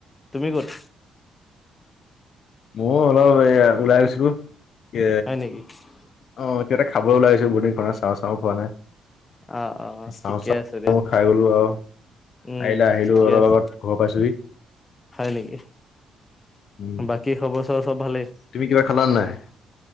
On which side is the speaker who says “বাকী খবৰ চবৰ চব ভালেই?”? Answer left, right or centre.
Left